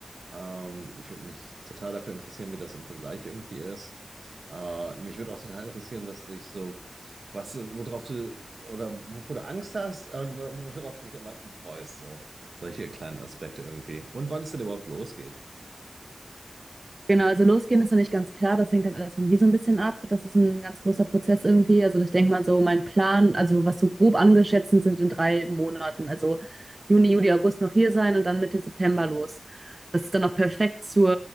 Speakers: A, on the right; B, on the right.
A: Ähm, ich würde mich total dafür interessieren, wie das im Vergleich irgendwie ist. Äh, mich würde auch total interessieren, was dich so was, äh, worauf du, oder wovor du Angst hast und wo- worauf du dich am meisten freust, so. Solche kleinen Aspekte irgendwie. Und wann es denn überhaupt losgeht.
B: Genau, also losgehen ist noch nicht ganz klar. Das hängt halt alles von mir so ein bisschen ab. Das ist ein ganz großer Prozess irgendwie. Also ich denke mal so, mein Plan, also was so grob angeschätzt sind, sind in drei Monaten. Also Juni, Juli, August noch hier sein und dann Mitte September los. Das ist dann noch perfekt zur,